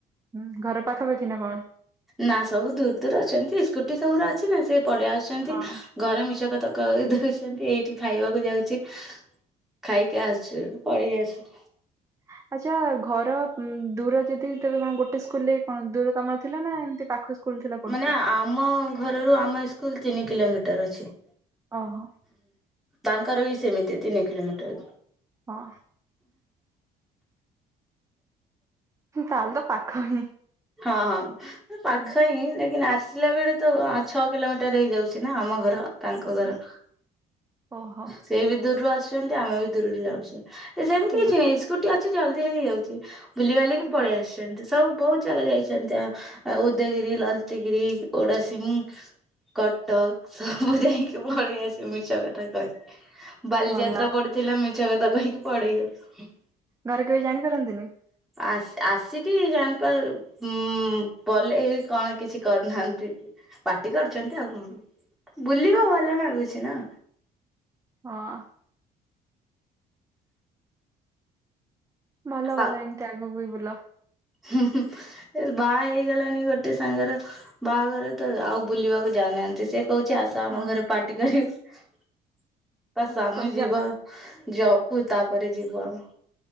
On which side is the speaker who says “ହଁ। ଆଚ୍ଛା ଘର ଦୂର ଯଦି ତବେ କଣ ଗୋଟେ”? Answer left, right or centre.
Right